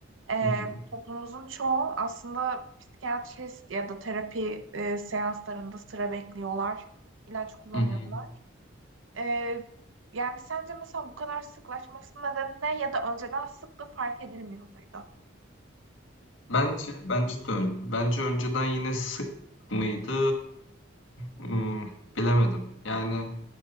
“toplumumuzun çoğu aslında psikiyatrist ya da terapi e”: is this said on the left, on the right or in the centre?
Right